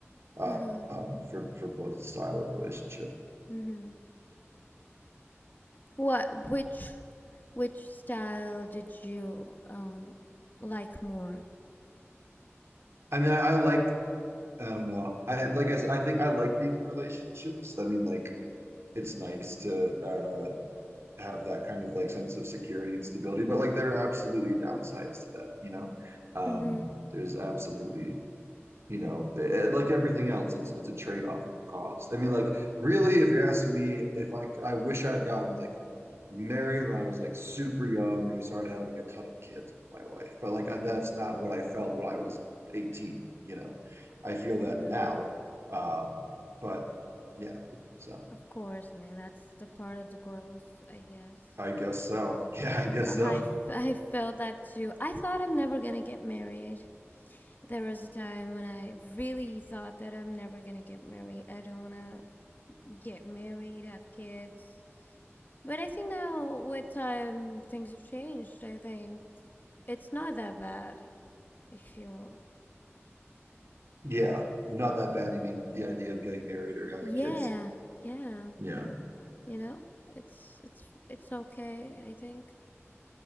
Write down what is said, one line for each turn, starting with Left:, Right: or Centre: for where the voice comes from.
Right: uh,
Left: Uh huh.
Right: um, for for both style of relationship.
Left: Mhm. What? Which? Which style did you um like more?
Right: I mean, I, I like I don't know. I like as I think I like being in relationships. I mean, like it's nice to uh have that kind of like sense of security and stability, but like there are absolutely downsides to that, you know? Um,
Left: Mhm.
Right: there's absolutely you know, eh, eh, like everything else, it's it's a trade-off and a cost. I mean, like really, if you're asking me if I I wish I'd gotten like married when I was like super young and just started having a ton of kids with my wife, but like I, that's not what I felt when I was 18. You know, I feel that
Left: Mhm.
Right: now, um, but yeah, so
Left: Of course, man. That's the part of the growth, I guess.
Right: I guess so. <laughs> Yeah, I guess
Left: I,
Right: so.
Left: f- <laughs> I felt that too. I thought I'm never gonna get married. There was a time when I really thought that I'm never gonna get married. I don't wanna get married, have kids. But I think now, with time, things have changed. I think it's not that bad. I feel.
Right: Yeah, not that bad. You mean the idea of getting married or having
Left: Yeah,
Right: kids?
Left: yeah.
Right: Yeah. Yeah.
Left: You know, it's it's it's okay. I think.